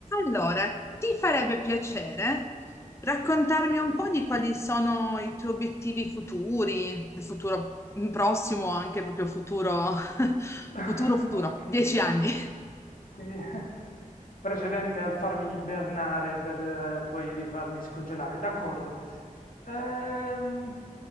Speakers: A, on the left; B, on the left.
A: Allora, ti farebbe piacere raccontarmi
B: Sì,
A: un po' di quali sono i tuoi obiettivi futuri, il futuro il prossimo, anche proprio futuro, <laughs>
B: <laughs>
A: futuro, futuro,
B: okay.
A: dieci anni.
B: Quindi <laughs> precedente al farmi ibernare per eh, poi rifarmi scongelare, d'accordo. Ehm,